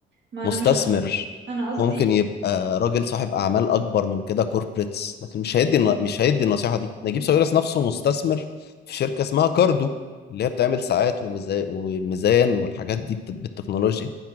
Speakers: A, on the right (about 60°); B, on the left (about 55°).
A: ما
B: مستثمر
A: انا مش ق- انا قصدي
B: ممكن يبقى راجل صاحب اعمال اكبر من كده كوربريتس لكن مش هيدي مش هيدي النصيحه دي نجيب
A: تم-
B: ساويرس نفسه مستثمر في شركه اسمها كاردو اللي هي بتعمل ساعات وميزا- وميزان والحاجات دي بت- بالتكنولوجيا